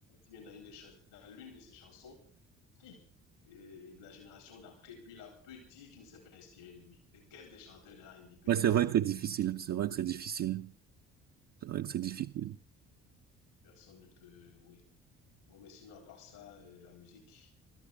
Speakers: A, on the left (about 75°); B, on the right (about 45°).
A: vient dans une des dans l'une de ses chansons, qui euh, de la génération d'après lui là peut dire qu'il ne s'est pas inspiré de lui. Mais quel des chanteurs de R&B peut
B: Ouais,
A: dire
B: c'est vrai
A: ça?
B: que c'est difficile. C'est vrai que c'est difficile. C'est vrai que c'est difficile.
A: Personne ne peut, oui. Bon, mais sinon à part ça, euh, la musique,